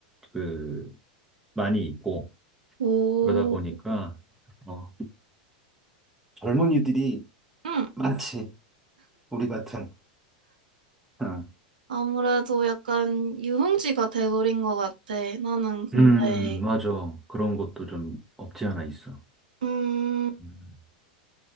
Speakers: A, in the centre; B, on the right.
A: 그 많이 있고
B: 오,
A: 그러다 보니까 어, 젊은이들이
B: 응.
A: 많지. 우리 같은. 응.
B: 아무래도 약간 유흥지가 돼버린 것 같아. 나는 근데,
A: 음, 맞아. 그런 것도 좀 없지 않아 있어.
B: 음,
A: 음.